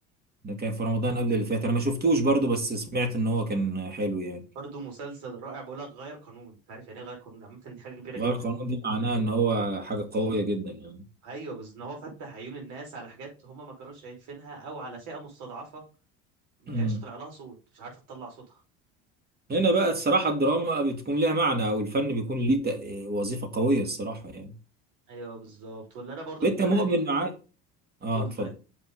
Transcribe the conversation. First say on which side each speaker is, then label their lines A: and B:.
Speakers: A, on the right; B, on the right.
A: ده كان في رمضان قبل اللي فات انا ما شفتوش برضو بس سمعت ان هو كان حلو يعني
B: برضه مسلسل رائع بقول لك غير قانون انت عارف يعني ايه غير قانون عامه دي حاجه كبيره جدا
A: غير القانون دي معناها ان هو حاجه قويه جدا يعني
B: ايوه بس ان هو فتح عيون الناس على حاجات هم ما كانوش شايفينها او على فئه مستضعفه ما
A: آه.
B: كانش طلع لها صوت مش عارفه تطلع صوتها
A: هنا بقى الصراحة الدراما بتكون لها معنى أو الفن بيكون ليه تأ- وظيفة قوية الصراحة يعني
B: ايوه بالظبط واللي انا برضه
A: أنت
B: مقتنع
A: مؤمن
B: بيه ان
A: معايا آه
B: بقول
A: اتفضل
B: طيب